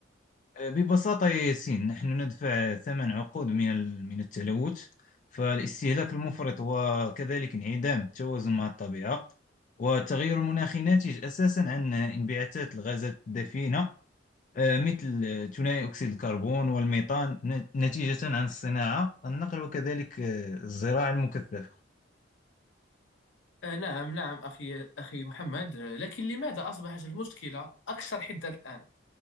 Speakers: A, on the left (about 40°); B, on the left (about 70°).
A: آه، ببساطة يا ياسين نحن ندفع ثمن عقود من ال- من التلوث فالاستهلاك المفرط وكذلك انعدام التوازن مع الطبيعة والتغير المناخي ناتج أساسا عن انبعاثات الغازات الدفيئة آه، مثل ثنائي أكسيد الكربون والميثان ن- نتيجة عن الصناعة النقل وكذلك آه، الزراعة المكثفة
B: آه، نعم نعم أخي أخي محمد آه، لكن لماذا أصبحت المشكلة أكثر حدة الآن؟